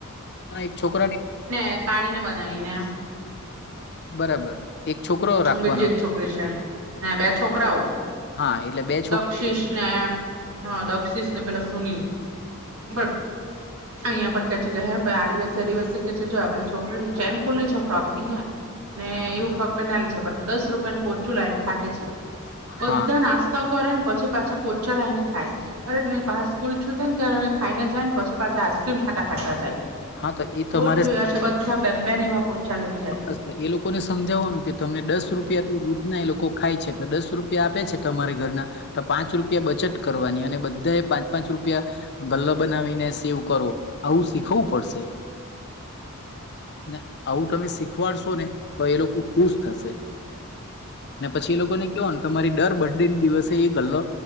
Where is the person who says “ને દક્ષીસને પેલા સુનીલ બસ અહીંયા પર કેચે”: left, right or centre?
Right